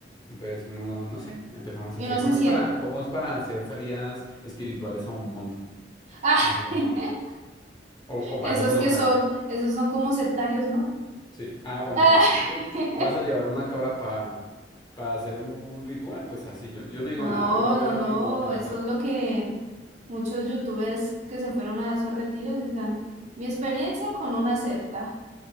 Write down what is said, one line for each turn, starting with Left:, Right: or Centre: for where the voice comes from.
Left: Entonces uno, no sé, empezamos
Right: y
Left: a hacer,
Right: uno se
Left: ¿cómo
Right: siente.
Left: es para, cómo es para hacer salidas espirituales a un monte?
Right: Ah,
Left: A subir
Right: <laughs>
Left: un monte. O, o para
Right: esos
Left: eso sin
Right: que
Left: hojalas.
Right: son, esos son como sectarios, ¿no?
Left: Sí. Ah, bueno,
Right: Ah,
Left: pues si tú
Right: <laughs>
Left: vas a llevar una cabra para hacer un ritual, pues así, yo, yo no digo
Right: No,
Left: nada, yo,
Right: no,
Left: yo
Right: no,
Left: lo ignoro mientras
Right: eso
Left: tanto.
Right: es lo que muchos youtubers que se fueron a esos retiros dicen, mi experiencia con una secta.